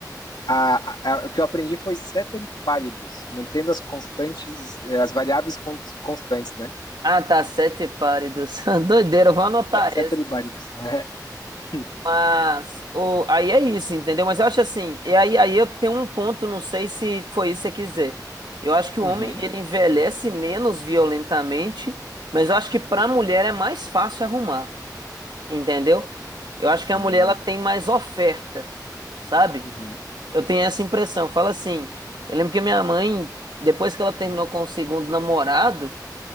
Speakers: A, on the left; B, on the right.
A: A, a, o que eu aprendi foi ceteris paribus, mantendo as constantes, eh, as variáveis constantes, né?
B: Ah, tá, sete pálidos. <laughs> Doideira, eu vou anotar
A: Ceteris
B: essa.
A: paribus. né? <laughs>
B: Mas o, aí é isso, entendeu? Mas eu acho assim, e aí, aí eu tenho um ponto, não sei se foi isso que você quiser. Eu acho que o
A: Uhum,
B: homem ele envelhece menos violentamente, mas eu acho que para
A: Sim.
B: a mulher é mais fácil arrumar, entendeu? Eu acho que
A: Hum,
B: a mulher ela tem mais oferta, sabe?
A: uhum,
B: Eu tenho essa impressão. Fala assim, eu lembro que minha mãe, depois que ela terminou com o segundo namorado,